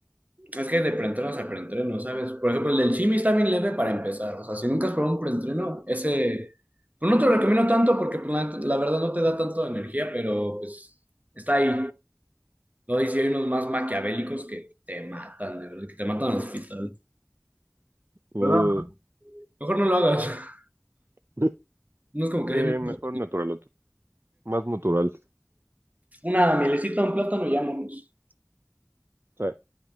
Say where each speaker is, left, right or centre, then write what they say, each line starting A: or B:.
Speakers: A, on the right; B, on the right.
A: Es que de preentrenos a preentreno, ¿sabes? Por ejemplo, el del Jimmy está bien leve para empezar. O sea, si nunca has probado un preentreno, ese... Pues no te lo recomiendo tanto porque pues, la, neta- la verdad no te da tanto energía, pero pues está ahí. No dice, hay unos más maquiavélicos que te matan, de verdad, que te matan al hospital.
B: Uh.
A: Pero no, mejor no lo hagas. <laughs>
B: <laughs>
A: No es como que
B: Sí,
A: hay muchos...
B: mejor naturaloto. Más natural.
A: Una mielecita, un plátano y vámonos.
B: Sí.